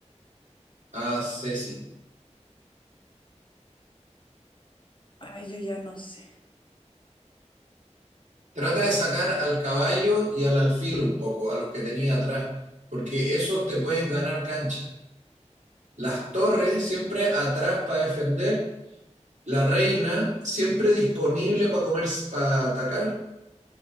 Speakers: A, on the right; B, on the left.
A: a c Ceci.
B: Ay, yo ya no sé.
A: Trata de sacar al caballo y al alfil un poco, a los que tenía atrás, porque esos te pueden ganar cancha. Las torres siempre atrás para defender la reina siempre disponible para comer, para atacar,